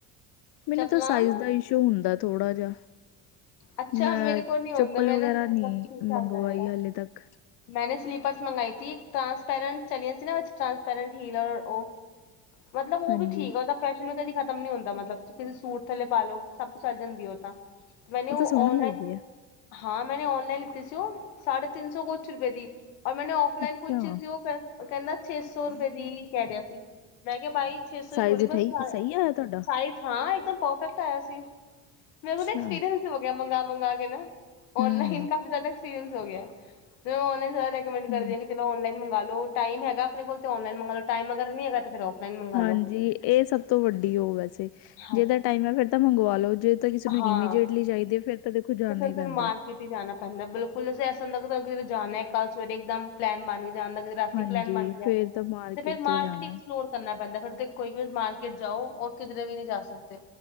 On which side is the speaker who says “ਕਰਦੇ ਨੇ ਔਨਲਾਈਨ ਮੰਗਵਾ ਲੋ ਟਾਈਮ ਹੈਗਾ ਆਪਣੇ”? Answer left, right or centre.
Left